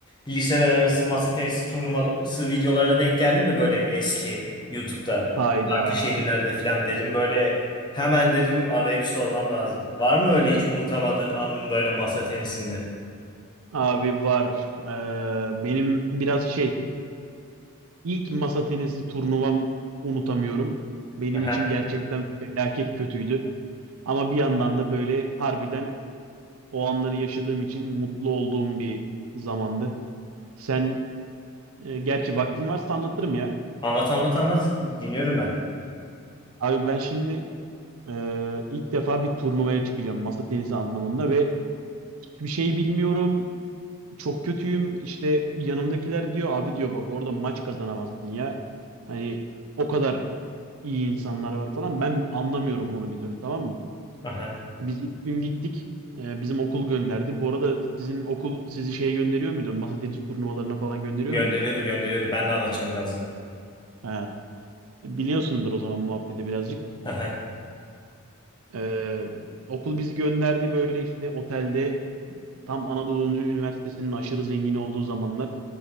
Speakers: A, on the left (about 20°); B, on the right (about 70°).
A: liseler arası masa tenisi turnuvası videolarına denk geldim de böyle eski YouTube'da.
B: Hayda.
A: Farklı şehirlerde falan dedim. Böyle hemen dedim arayıp sormam lazım. Var mı öyle hiç unutamadığın anın böyle masa tenisinde?
B: Abi var. Ee, benim biraz şey ilk masa tenisi turnuvam unutamıyorum. Benim
A: Aha.
B: için gerçekten felaket kötüydü. Ama bir yandan da böyle harbiden o anları yaşadığım için mutlu olduğum bir zamandı. Sen e, gerçi vaktin varsa anlatırım ya.
A: Anlat anlat anlat. Dinliyorum ben.
B: Abi ben şimdi Ee, ilk defa bir turnuvaya çıkacağım masa tenisi anlamında ve hiçbir şey bilmiyorum. Çok kötüyüm. İşte yanımdakiler diyor abi diyor bak orada maç kazanamazsın ya. Hani o kadar iyi insanlar var falan. Ben anlamıyorum bunu bir türlü tamam mı?
A: Aha.
B: Biz ilk gün gittik. Ee, bizim okul gönderdi. Bu arada sizin okul sizi şey gönderiyor muydu? Masa tenis turnuvalarına falan gönderiyor
A: Gönderiyordu
B: muydu?
A: gönderiyordu. Ben de anlatacağım birazdan.
B: Ha, biliyorsundur o zaman muhabbeti birazcık.
A: Aha.
B: Ee, okul bizi gönderdi böyle işte otelde Tam Anadolu Üniversitesi'nin aşırı zengin olduğu zamanlar